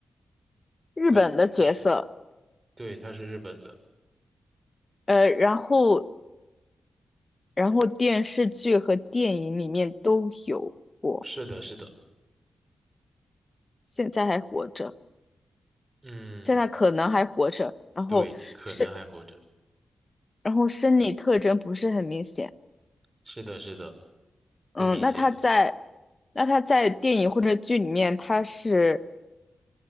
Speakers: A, on the left (about 40°); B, on the right (about 35°).
A: 日本的角色。
B: 对，他是，对，他是日本的，
A: 呃，然后然后电视剧和电影里面都有过，
B: 是的，是的，
A: 现在还活着，
B: 嗯，
A: 现在可能还活着，然后是，
B: 对，可能还活着。
A: 然后生理特征不是很明显。
B: 是的，是的，不明显。
A: 嗯，那他在，那他在电影或者剧里面，他是